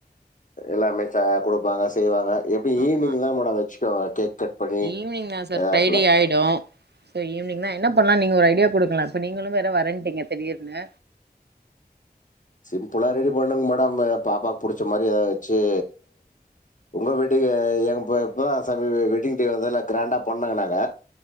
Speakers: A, on the left (about 50°); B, on the right (about 85°).
A: எல்லாமே சா கொடுப்பாங்க செய்வாங்க எப்படி
B: ஆமா
A: ஈவினிங் தான் மேட வச்சு கவா கேக் கட் பண்ணி
B: ஈவினிங் தான் சார்
A: எல்லா
B: பிரைடே ஆயிடும் சோ ஈவினிங் தான் என்ன இப்பல்லாம் நீங்க ஒரு ஐடியா கொடுக்கலாம் இப்ப நீங்களும் வேற வரட்டீங்க திடீர்னு
A: சிம்பிளா ரெடி பண்ணுங்க மேடம் பாப்பாக்கு புடிச்ச மாதிரி ஏதாச்சுயி உங்க வெட்டிங் இப்பதான் சாமி வெட்டிங் டே வந்து எல்லாம் கிராண்டா பண்ணாங்க நாங்க